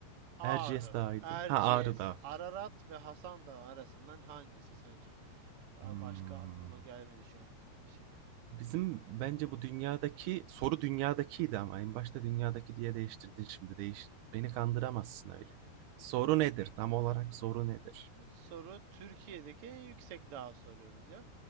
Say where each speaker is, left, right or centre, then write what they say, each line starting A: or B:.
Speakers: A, on the right; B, on the right.
A: Ağrı,
B: Erciyes Dağı'ydı.
A: Erciyes,
B: Ha Ağrı Dağı.
A: Ararat ve Hasan Dağı arasından hangisi sence? Daha
B: Hmm.
A: başka aklıma gelmedi şu an şık.
B: Bizim bence bu dünyadaki soru dünyadakiydi ama en başta dünyadaki diye değiştirdin şimdi. Değiş, beni kandıramazsın öyle. Soru nedir? Tam olarak soru nedir?
A: Soru Türkiye'deki en yüksek dağı soruyoruz ya.